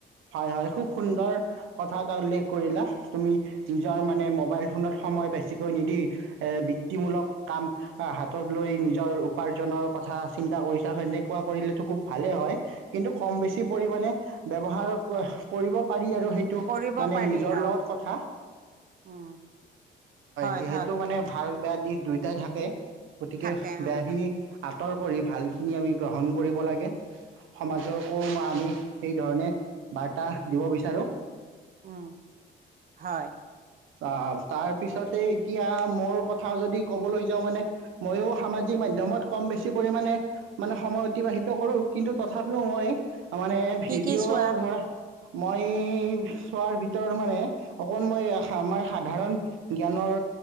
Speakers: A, on the right (about 85°); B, on the right (about 45°).
A: হয় হয় খুব সুন্দৰ কথা এটা উল্লেখ কৰিলা। তুমি নিজৰ মানে মোবাইল ফোনত সময় বেছিকৈ নিদি এ বৃত্তিমূলক কাম হাতত লৈ নিজৰ উপাৰ্জনৰ কথা চিন্তা কৰিছা, সেনেকুৱা কৰিলেতো খুব ভালেই হয় কিন্তু কম বেছি পৰিমণে ব্যৱহাৰ কৰিব পাৰি আৰু সেইটো
B: কৰিব
A: মানে
B: পাৰি
A: নিজৰ
B: অ
A: লগত কথা।
B: উম হয়-হয়
A: যিহেতু মানে ভাল বেয়া দিশ দুয়োটাই থাকে। গতিকে
B: থাকে
A: বেয়াখিনি
B: উম
A: আঁতৰ কৰি ভালখিনি আমি গ্ৰহণ কৰিব লাগে। সমাজৰ
B: উম
A: কোন আমি সেই ধৰণে। বাৰ্তা দিব বিচাৰো।
B: উম হয়।
A: আহ তাৰ পিছতে এতিয়া মোৰ কথা যদি কবলৈ যাওঁ মানে মইও সামাজিক মাধ্যমত কম বেছি পৰিমাণে মানে সময় অতিবাহিত কৰো কিন্তু তথাপিও মই মানে ভিডিঅ'
B: কি কি চোৱা
A: ধৰা মই চোৱাৰ ভিতৰত মানে অকমান মই আমাৰ সাধাৰণ জ্ঞানৰ